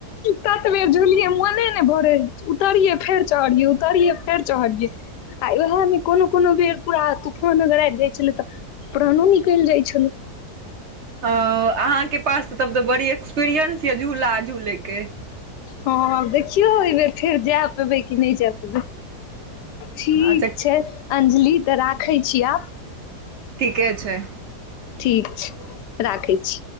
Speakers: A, on the left; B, on the right.
A: तत बेर झूलियै मोने भरे उतरियै फेर चढ़ियै उतरियै फेर चढ़ियै आ उहेमे कोनो कोनो बेर पूरा तूफान अगर आबि जाइ छलै तऽ प्राणो नि निली जाइ छलै
B: ओ अहाँके पास तब तऽ बड़ी एक्सपीरियंस यै झूला झूलेके
A: हँ देखियौ एहि बेर फेर जै पेबै कि नहि जै पेबै ठीक
B: अच्छा
A: छै अञ्जलि तऽ राखै छी आब
B: ठीके छै
A: ठीक छै राखै छी